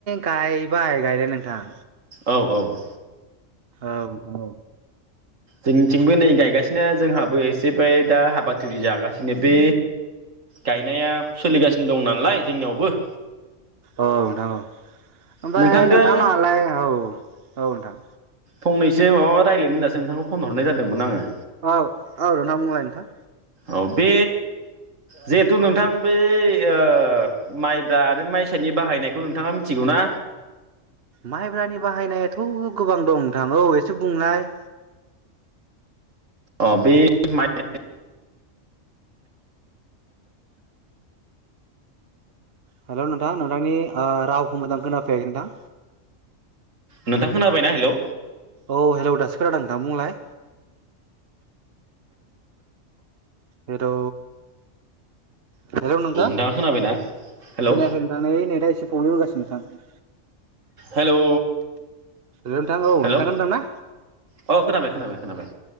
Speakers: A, on the right (about 50°); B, on the right (about 75°).
A: गाय बाय गायनाया नोंथां।
B: औ औ।
A: औ औ।
B: जोंनिथिंबो नै गायगासिनो जोंहाबो एसे बाय दा हाबा थुरि जागासिनो बे गायनाया सोलिगासिनो दं नालाय जोंनियावबो।
A: औ नोंथां औ। ओमफाय
B: नोंथांजों
A: नोंथां लाहालाय औ औ नोंथां।
B: फंनैसो माबा रायज्लायनो होननासो नोंथांनो फन हरनाय जादोंमोन आङो।
A: औ औ दाना बुंलाय नोंथां।
B: औ बे जिहेथु नोंथां बै ओ माइब्रा आरो माइसानि बाहायनायखौ नोंथाङा मिथिगौ ना?
A: माइब्रानि बाहायनायाथ' गोबां दं नोंथां औ एस एसे बुंनाय।
B: अ बे माइ
A: हेलौ नोंथां नोंथांनि ओ रावखौ मोजां खोनाफैयाखै नोंथां।
B: नोंथां खोनाबायना? हेलौ।
A: औ हेलौ दासो खादों नोंथां बुंलाय। हेलौ। हेलौ नोंथां
B: औ नोंथाङा खोनाबायना हेलौ
A: खोनायाखै नोंथां नै नेथा एसे प्रब्लेम होगासिनो नोंथां।
B: हेलौ
A: नोंथां औ
B: हेलौ
A: नोंथां खोनादोंना?
B: अ खोनाबाय खोनाबाय खोनाबाय